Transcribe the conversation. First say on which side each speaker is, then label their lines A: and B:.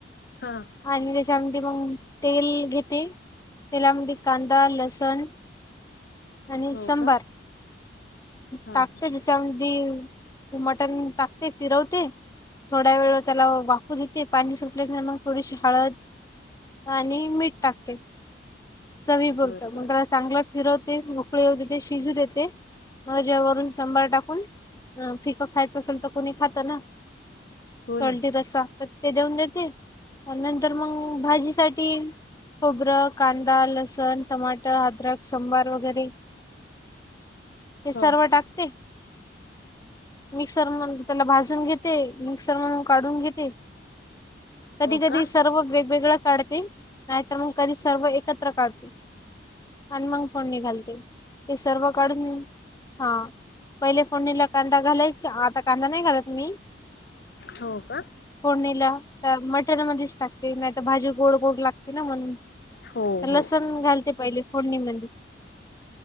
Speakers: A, on the left; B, on the left.
A: हां.
B: आणि त्याच्यामध्ये मग तेल घेते तेलामध्ये कांदा लसण आणि
A: हो
B: संबार
A: का हा
B: टाकते त्याच्यामधी मटन टाकते फिरवते थोड्या वेळ त्याला वाफु देते पाणी सुटल्याव मग थोडीशी हळद आणि मीठ टाकते. चवी पुरतं
A: बरं बरं
B: मग त्याला चांगला फिरवते मोकळे होऊ देते शिजू देते. म वून <unintelligible> सांभार टाकून फिकं खायचं असेल तर कोणी खातं ना.
A: हो
B: सॉल्टी
A: ना
B: रस्सा. तर ते देऊन देते नंतर मग भाजीसाठी खोबरं कांदा दा लसन, टमाटर, अद्रक, संभार वगैरे हे सर्व
A: हो
B: टाकते मिक्सर म्हणून त्याला भाजून घेते मिक्सर म्हणून काढून घेते. कधी
A: हो
B: कधी
A: का
B: सर्व वेगवेगळं काढते नाहीतर मग कधी सर्व एकत त्र काढते आणि मंग फोडणी घालते ते सर्व काढून हां पहिले फोडणीला कांदा घालायच्या आता कांदा नाही घालत मी.
A: हो का?
B: फोडणीला तर मटेर ल मध्येच टाकते नाहीतर भाजी गोड गोड लागते ना म्हणून.
A: हो
B: लसण
A: हो.
B: घालते पहिले फोडणी मधी.